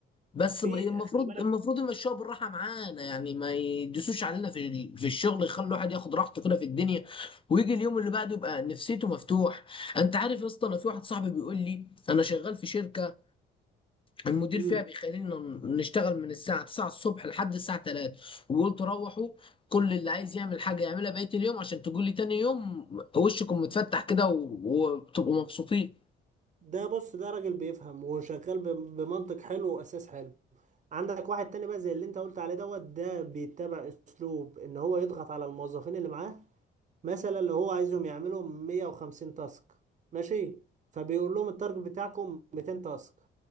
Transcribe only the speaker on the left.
بس
ب- المفروض
المفروض يمشوها بالراحه معانا يعني ما يدوسوش علينا في ال- في الشغل يخلي الواحد ياخد راحته كده في الدنيا ويجي اليوم اللي بعده يبقى نفسيته مفتوح انت عارف يا اسطى انا في واحد صاحبي بيقول لي انا شغال في شركه المدير
فيها بيخلينا نشتغل من الساعة 9 الصبح لحد الساعة 3 وقلت روحوا كل اللي عايز يعمل حاجة يعملها بقية اليوم عشان تقول لي تاني يوم وشكم متفتح كده و- وبتبقوا مبسوطين